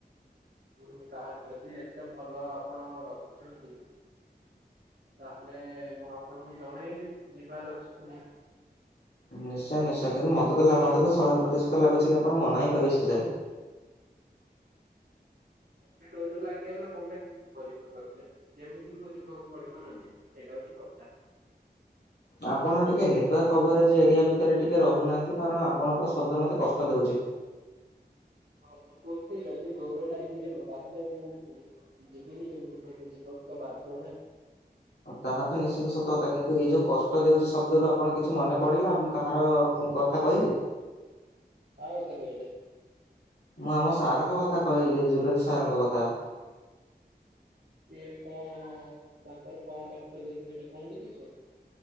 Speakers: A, on the right; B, on the left.
A: ହୁଁ ତାହାଲେ ଯଦି ଏତେ ଭଲ ଆପଣ ରଖିଛନ୍ତି। ତାହେଲେ ମୁଁ ଆପଣଙ୍କୁ ଜଣେଇବି ଯିବାର ଅଛିକି ନାହିଁ।
B: ନିଶ୍ଚୟ ନିଶ୍ଚୟ କିନ୍ତୁ ମତେ ତ ମତେ ତ ଶହେ ପ୍ରତିଶତ ଲାଗୁଚି କି ଆପଣ ମନା ହିଁ କରିବେ ଶେଷରେ।
A: ଯଦି ଡୋରି ଲାଗିଗଲା ମନା କେମିତି କରିବି କହଲେ। ଯେମିତି ହୋଉ ଯିବାକୁ ପଡ଼ିବ ନା ନାଁ, ସେଇଟା ହୋଉଚି କଥା।
B: ଆପଣ ଟିକେ ନେଟୱାର୍କ ଆଭରେଜ୍ ଏରିଆ ଭିତରେ ଟିକେ ରହୁନାହାନ୍ତି କାରଣ ଆପଣଙ୍କର ଶବ୍ଦ ମୋତେ କଷ୍ଟ ଦେଉଚି।
A: ସବୁ କୋଉଚି ଯେଦି ଡୋର ଲାଗିବ ତାହେଲେ ମୁଁ ଯିବିନି କେମିତି କହିବି ଯିବାକୁ ତ ବାଧ୍ୟ ନା।
B: ତାହା ତ ନିଶ୍ଚିନ୍ତ ସତ କଥା କିନ୍ତୁ ଏଇ ଯୋଉଁ କଷ୍ଟ ଦୋଉଚି ଶବ୍ଦରୁୁ ଆପଣ କିଛି ମନେ ପଡ଼ିଲା ମୁଁ କାହାର ମୁଁ କଥା କହିଲି।
A: କାହା କଥା କହିଲେ?
B: ମୁଁ ଆମ ସାର୍ ଙ୍କ କଥା କହିଲି ଜୁଲୋଜ୍ ସାର୍ ଙ୍କ କଥା।
A: କିଏ କଣ ତାଙ୍କର କମ୍ କଷ୍ଟ ଦେଇଚନ୍ତି ବୋଲି କୁହନ୍ତି କିସ।